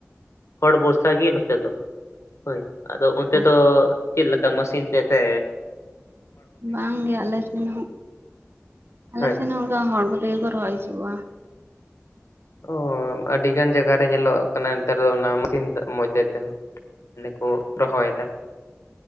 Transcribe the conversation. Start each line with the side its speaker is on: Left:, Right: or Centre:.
Left: ᱦᱚᱲ ᱵᱷᱚᱨᱥᱟ ᱜᱮ ᱱᱚᱸᱛᱮ ᱫᱚ ᱦᱳᱭ ᱟᱫᱚ ᱚᱱᱛᱮ
Right: ᱚ
Left: ᱫᱚ ᱪᱮᱫ ᱞᱮᱠᱟ ᱢᱮᱥᱤᱸᱱ ᱛᱮᱥᱮ
Right: ᱵᱟᱝ ᱜᱮ ᱟᱞᱮ ᱥᱮᱱ ᱦᱚᱸ ᱟᱞᱮ
Left: ᱦᱳᱭ
Right: ᱥᱮᱱ ᱦᱚᱸ ᱚᱱᱠᱟ ᱦᱚᱲ ᱠᱚᱛᱮᱜᱮ ᱠᱚ ᱨᱚᱦᱚᱭ ᱦᱪᱩᱜ ᱠᱩᱣᱟ᱾
Left: ᱚ ᱟᱹᱰᱤ ᱜᱟᱱ ᱡᱟᱭᱜᱟ ᱨᱮ ᱧᱮᱸᱞᱚᱜ ᱠᱟᱱᱟ ᱱᱮᱸᱛᱟᱨ ᱫᱚ ᱚᱱᱟ ᱢᱮᱥᱤᱸᱱ ᱢᱚᱫᱽᱫᱷᱮ ᱛᱮᱦᱚᱸ ᱢᱟᱱᱮ ᱠᱚ ᱨᱚᱦᱚᱭᱮᱫᱟ᱾